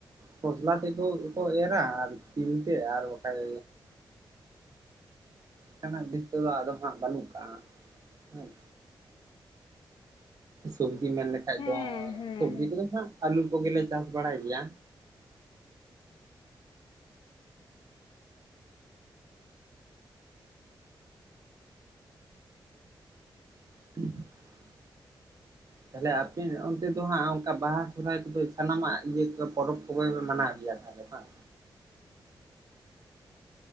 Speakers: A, on the right (about 45°); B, on the left (about 80°).
A: ᱠᱷᱚᱥᱞᱟ ᱛᱮᱠᱚ ᱠᱚ ᱮᱨᱟ ᱟᱨ ᱛᱤᱞ ᱛᱮ ᱟᱨ ᱵᱟᱠᱷᱟᱡ ᱚᱱᱠᱟᱱᱟᱜ ᱡᱤᱱᱤᱥ ᱠᱚᱫᱚ ᱟᱫᱚ ᱦᱟᱸᱜ ᱵᱟᱹᱱᱩᱜ ᱠᱟᱜᱼᱟ ᱦᱮᱸ ᱥᱚᱵᱡᱤ ᱢᱮᱱ ᱞᱮᱠᱷᱟᱡ
B: ᱦᱮᱸ
A: ᱫᱚ
B: ᱦᱮᱸ
A: ᱥᱚᱵᱡᱤ
B: ᱦᱮᱸ
A: ᱠᱚᱫᱚ ᱦᱟᱸᱜ ᱟᱞᱩ ᱠᱚᱜᱮᱞᱮ ᱪᱟᱥ ᱵᱟᱲᱟᱭ ᱜᱮᱭᱟ᱾ <unintelligible> ᱛᱟᱦᱚᱞᱮ ᱟᱯᱮ ᱚᱱᱛᱮ ᱫᱚ ᱦᱟᱸᱜ ᱚᱱᱠᱟ ᱵᱟᱦᱟ ᱥᱚᱨᱦᱟᱭ ᱠᱚᱫᱚ ᱥᱟᱱᱟᱢᱟᱜ ᱤᱭᱟᱹ ᱠᱚ ᱯᱚᱨᱚᱵ ᱠᱚᱜᱮ ᱯᱮ ᱢᱟᱱᱟᱣ ᱜᱮᱭᱟ? <unintelligible>